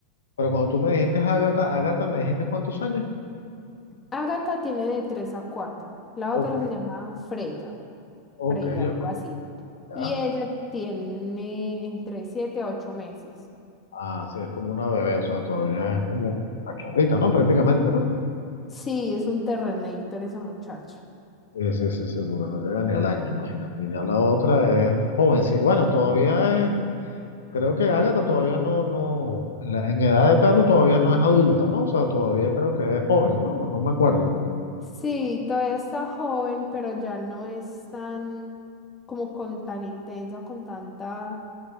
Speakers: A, on the left; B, on the left.
A: pero cuando tú me dijiste Ágata, Ágata, ¿me dijiste cuántos años?
B: Agatha tiene de tres a cuatro. La
A: Ok,
B: otra se llama Freya,
A: ok,
B: Freya,
A: ok,
B: algo así.
A: ya.
B: Y ella tiene entre siete a ocho meses.
A: Ah, sí, es como una bebé, o sea, todavía es como cachorrita, ¿no? Prácticamente, ¿no?
B: Sí, es un Terrenator esa muchacha.
A: Sí, sí, sí, sí, porque no llega ni al año, imagínate. Y ya la otra es jovencita. Bueno, todavía es, creo que Ágata todavía no, no, en, la- en edad de perro todavía no es adulta, ¿no? O sea, todavía creo que es joven, ¿no? No me acuerdo.
B: Sí, todavía está joven, pero ya no es tan, como con tan intensa, con tanta